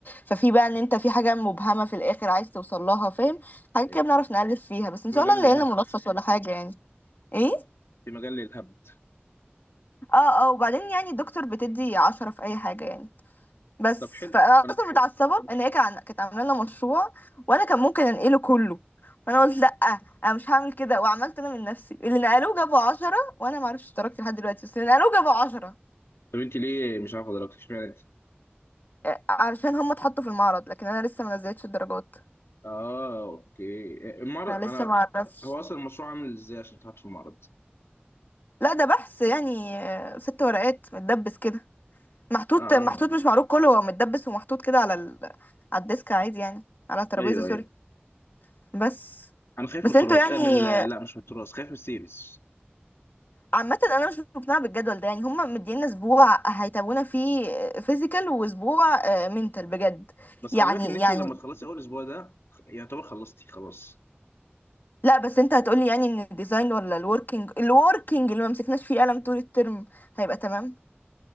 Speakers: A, on the left (about 50°); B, on the left (about 85°).
A: ففي بقى ان انت في حاجة مبهمة في الاخر عايز توصل لها فاهم حاجة
B: ايوه
A: كده بنعرف نألف فيها بس ان
B: في
A: شاء
B: مجال
A: الله نلاقي
B: للهبد
A: لنا ملخص ولا حاجة يعني ايه
B: في مجال للهبد
A: اه اه وبعدين يعني الدكتور بتدي عشرة في اي حاجة يعني بس
B: طب حلو
A: فانا
B: أنا...
A: اصلا متعصبه ان هي كان- كانت عامله لنا مشروع وانا كان ممكن انقله كله فانا قلت لا انا مش هعمل كده وعملت انا من نفسي اللي نقلوه جابوا عشرة وانا معرفش اشتركت لحد دلوقتي بس اللي نقلوه جابوا عشرة
B: طب انت ليه مش عارفه دلوقتي اشمعنى انت
A: آه، علشان هم اتحطوا في المعرض لكن انا لسه ما نزلتش الدرجات
B: اه اوكي المعرض
A: فانا
B: انا
A: لسه ما اعرفش
B: هو اصلا المشروع عامل ازاي عشان تحط في المعرض
A: لا ده بحث يعني آه، ست ورقات متدبس كده محطوط
B: اه
A: محطوط مش معروض كله هو متدبس ومحطوط كده على ال... على الديسك عادي يعني على الترابيزه
B: ايوه
A: سوري
B: ايوه
A: بس
B: انا خايف
A: بس
B: من التراث
A: انتوا يعني
B: آه من ال- لا مش من التراث خايف من السيلز
A: عامة انا مش مقتنعة بالجدول ده يعني هما مدينا اسبوع هيتابعونا فيه فيزيكال واسبوع منتال بجد
B: بس
A: يعني
B: خلي بالك ان انت
A: يعني
B: لما تخلصي اول اسبوع ده يعتبر خلصتي خلاص
A: لا بس انت هتقولي يعني ان الديزاين ولا الوركينج الوركينج اللي ما مسكناش فيه قلم طول الترم هيبقى تمام